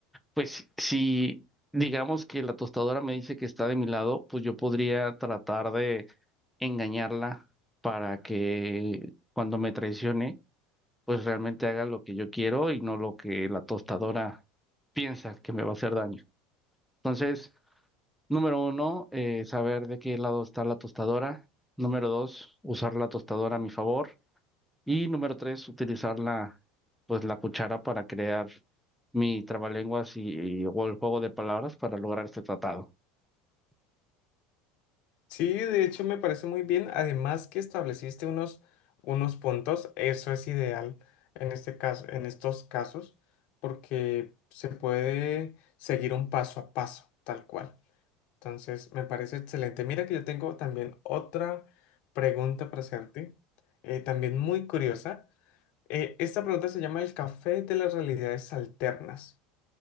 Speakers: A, in the centre; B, on the left (about 60°).
A: pues, si digamos que la tostadora me dice que está de mi lado, pues yo podría tratar de engañarla para que cuando me traicione, pues realmente haga lo que yo quiero y no lo que la tostadora piensa que me va a hacer daño. Entonces, número uno, eh, saber de qué lado está la tostadora. Número dos, usar la tostadora a mi favor. Y número tres, utilizar la, pues, la cuchara para crear mi trabalenguas y, y- o el juego de palabras para lograr este tratado.
B: Sí, de hecho me parece muy bien. Además que estableciste unos, unos puntos, eso es ideal en este caso, en estos casos, porque se puede seguir un paso a paso, tal cual. Entonces, me parece excelente. Mira que yo tengo también otra pregunta para hacerte, eh, también muy curiosa. Eh, esta pregunta se llama el café de las realidades alternas.